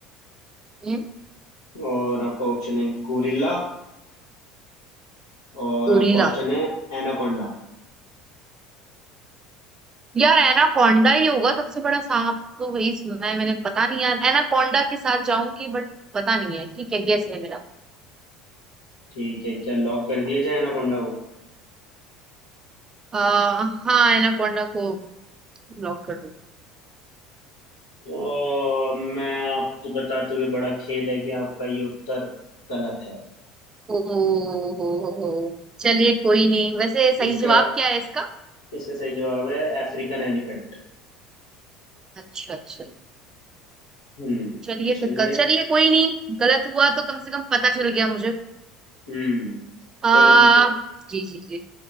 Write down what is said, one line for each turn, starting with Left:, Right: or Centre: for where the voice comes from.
Right: हम्म
Left: और आपका ऑप्शन है गोरिल्ला और
Right: गोरिल्ला
Left: आपका ऑप्शन है एनाकोंडा
Right: यार एनाकोंडा ही होगा सबसे बड़ा सांप तो वही सुना है मैंने पता नहीं यार एनाकोंडा के साथ जाऊंगी बट पता नहीं है ठीक है गेस है मेरा
Left: ठीक है क्या लॉक कर दिया जाए एनाकोंडा को
Right: आ, हाँ एनाकोंडा को लॉक कर दो
Left: और मैं आपको बताते हुए बड़ा खेद है कि आपका ये उत्तर गलत है
Right: ओ हो हो हो चलिए कोई नहीं वैसे सही
Left: इसका
Right: जवाब क्या है इसका
Left: इसका सही जवाब है अफ्रीकन एलिफेंट
Right: अच्छा अच्छा
Left: हम्म
Right: चलिए
Left: चलिए
Right: फिर कल चलिए कोई नहीं गलत हुआ तो कम से कम पता चल गया मुझे
Left: हम्म
Right: आ,
Left: चलो ठीक है
Right: जी जी जी